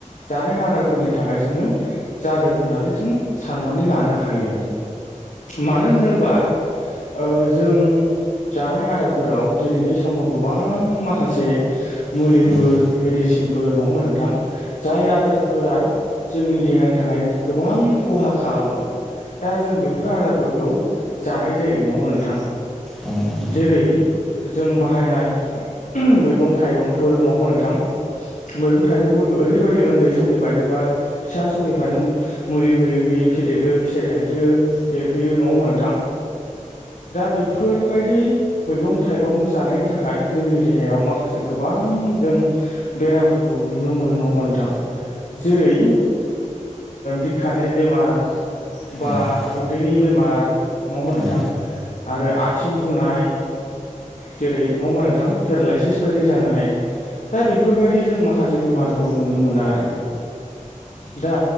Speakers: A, on the left; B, in the centre.
A: जानाय आदारफोरनि थाखाय जोङो जादों होननानै जों साननानै लानो हायो। मानो होनोबा ओ जों जानाय आदारफोराव दिनैनि समाव गोबां माखासे मुलिफोर
B: ओम
A: मेडिसिनफोर नङा होमबा नोंथां? जाय आदारफोरा जोंनि देहानि थाखाय गोबां खहा खालामो। दा जों बेफोर आदारफोरखौ जानाय जायो नङा ओमा नोंथां?
B: औ।
A: जेरै जों बाहायनाय मैगं थाइगंफोर नङा मोनथां। मैगं थाइगंफोरखौ ओरैबादि ओन्दै समनिफायनो बा फिसा समनिफायनो मुलि होयै होयै फेदेरो फिथाइ थायहोयो देरहोयो नङा होमबा नोंथां। दा बेफोरबायदि मैगं थाइगं जानायनि थाखाय जोंनि देहायाव माखासे गोबां जों बेरामफोरखौ नुनो मोनो नङा होमबा नोंथां जेरै बिखानि बेमार बा
B: औ ओम
A: उदैनि बेमार नङा होमबा नोंथां
B: औ
A: आरो आथिं बुनाय जेरै नङा होमबा नोंथां पेरालायसिस बायदि जानाय दा बेफोरबायदि जों माखासे बेमारखौ नुनो मोना आरो। दा